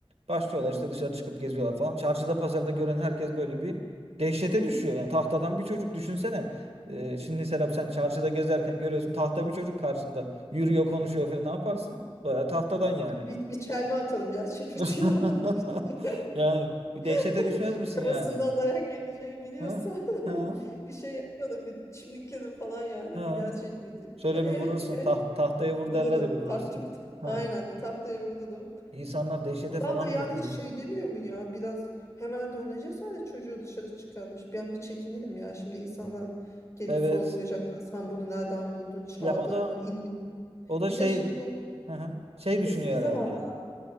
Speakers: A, on the right; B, on the left.
A: Başlıyorlar
B: Hı hı.
A: işte dışarı çıkıp geziyorlar falan. Çarşıda pazarda gören herkes böyle bir dehşete düşüyor. Yani tahtadan bir çocuk düşünsene. E, şimdi Serap sen çarşıda gezerken görüyorsun tahta bir çocuk karşında yürüyor konuşuyor falan ne yaparsın? Baya tahtadan yani.
B: Bir, bir çelme atalım gerçek
A: <laughs>
B: bir anlamak için. <laughs>
A: Yani bir dehşete
B: <laughs>
A: düşmez misin
B: Babasından
A: yani?
B: dayak yemeyeceğimi biliyorsam
A: Ha? Ha?
B: <laughs> bir şey yapmadım. Bir çimdikledim falan yani
A: Ha?
B: bu gerçek mi diye.
A: Şöyle bir vurursun.
B: <laughs>
A: Taht tahtaya vur
B: Vurdum
A: derler ya bir vurursun.
B: taktuk. Aynen
A: Ha.
B: bir tahtaya vurdum.
A: İnsanlar dehşete
B: Adam
A: falan
B: da yani
A: kapılıyor.
B: hiç şey demiyor mu ya biraz hemen de o ne cesaret çocuğu dışarı çıkartmış. Ben bir çekindim ya şimdi insanlar gelip
A: Evet.
B: sorgulayacaklar. Sen bunu nereden buldun çaldın
A: Ya o da
B: mı inmiş mi?"
A: o da
B: Bir
A: şey
B: de şimdi bu
A: hı hı, şey düşünüyor
B: eski zamanlar.
A: herhalde.